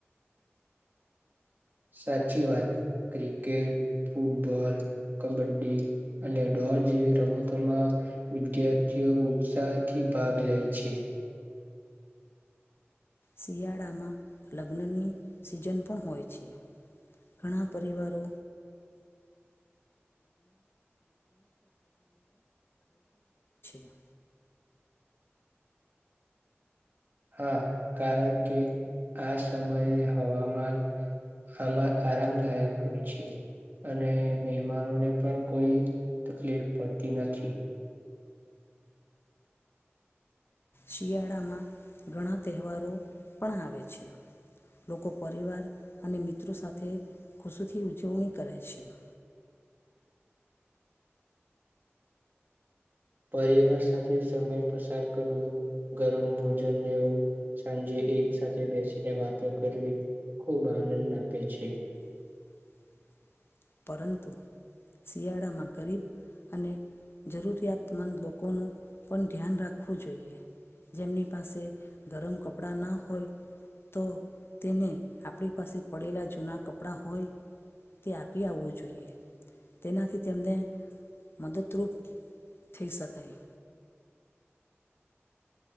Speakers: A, on the right (about 45°); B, on the left (about 60°).
A: સાચી વાત ક્રિકેટ, ફૂટબોલ કબડ્ડી અને ડોર જેવી રમતોમાં વિદ્યાર્થીઓ ઉત્સાહથી ભાગ લે છે.
B: શિયાળામાં લગ્નની સિઝન પણ હોય છે, ઘણા પરિવારો <inaudible> <inaudible>
A: હા, કારણ કે આ સમયે હવામાન આમાં આરામદાયક હોય છે, અને મહેમાનોને પણ કોઈ તકલીફ પડતી નથી,
B: શિયાળામાં ઘણા તહેવારો પણ આવે છે, લોકો પરિવાર અને મિત્રો સાથે ખુશીથી ઉજવણી કરે છે, <inaudible>
A: પરિવાર સાથે સમય પસાર કરવો ગરમ ભોજન લેવું સાંજે એક સાથે બેસીને વાતો કરવી ખૂબ આનંદ આપે છે.
B: <inaudible> પરંતુ શિયાળામાં ગરીબ અને જરૂરિયાતમંદ લોકોનું પણ ધ્યાન રાખવું જોઈએ, જેમની પાસે ગરમ કપડાં ના હોય, તો તેને આપણી પાસે પડેલા જૂના કપડાં હોય તે આપ <unintelligible> આવવું જોઈએ તેનાથી તેમને મદદરૂપ થઈ શકાય